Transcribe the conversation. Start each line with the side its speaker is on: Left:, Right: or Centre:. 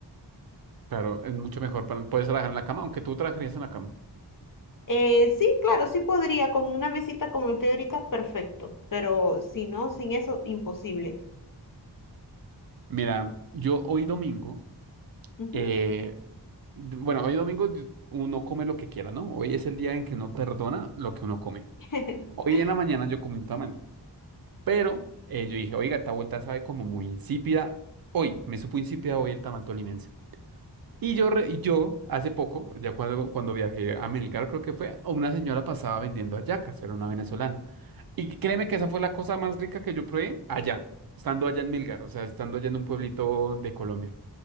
Right: Claro, es mucho mejor. pa- Puedes trabajar en la cama, aunque tú trabajarías en la cama.
Left: Eh, sí, claro, sí podría, con una mesita como estoy ahorita, perfecto, pero si no, sin eso, imposible.
Right: Mira, yo hoy domingo,
Left: Ujú.
Right: eh, d- bueno, hoy domingo d- uno come lo que quiera, ¿no? Hoy es el día en que uno perdona lo que uno come.
Left: <laughs>
Right: Hoy en la mañana yo comí un tamal, pero eh, yo dije, oiga, esta vuelta sabe como muy insípida. Hoy, me supo insípida hoy el tamal tolimense. Y yo, re- y yo hace poco, ya cuando, cuando viajé a Melgar, creo que fue, una señora pasaba vendiendo hallacas, era una venezolana. Y créeme que esa fue la cosa más rica que yo probé allá, estando allá en Melgar, o sea, estando allá en un pueblito de Colombia.